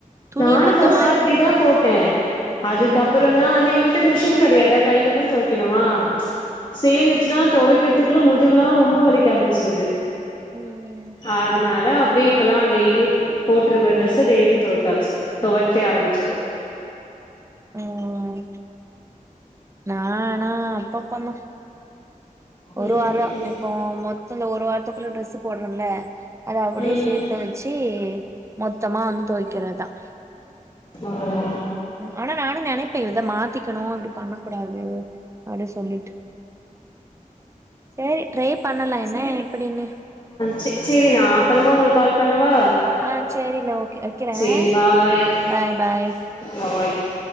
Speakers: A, on the right; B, on the left.
A: துணிய
B: நானும்
A: மொத்தமா
B: ஃபர்ஸ்ட் அப்டி தான் போட்டேன் அதுக்கப்பற
A: ம்
B: தா நான் வந்து எங்களிட்ட மிஷின் கெடையாதா கைய்ல தான் தொய்க்கணுமா சேந்துச்சுன்னா தொவைக்கிறதுக்குள்ள முதுகுல்லாம் ரொம்ப வலிக்க ஆரம்பிச்சிருது
A: ம்
B: அதனால அப்டி இப்பல்லாம் டெய்லியும் போட்டுட்டுருக்கற ட்ரெஸ டெய்லியும் தொவச்சாச்சு தொவைக்க ஆரம்பிச்சிடோம்
A: ம் நா ஆனா அப்ப பண்ணோ
B: ம்
A: ஒரு வாரம் இப்போ மொத்தல ஒரு வாரத்துக்குள்ள ட்ரெஸ் போடுறம்ல அத அப்டியே
B: ம்
A: சே த்து வெச்சி மொத்தமா வந்து தொவக்கிறதுதான்
B: ஹம்
A: ஆனா நானும் நெனைப்பேன் இததா மாத்திக்கணும் அப்டி பண்ணக்கூடாது அப்டின்னு சொல்லிட்டு செரி ட்ரை பண்ணலாம் என்ன எப்டின்னு
B: செ செரி நான் அப்பறமா உங்குளுக்கு கால் பண்ணவா
A: ஆ செரில ஓகே வெக்கிறேன்
B: சேரி பாய்
A: பாய் பாய்
B: <inaudible>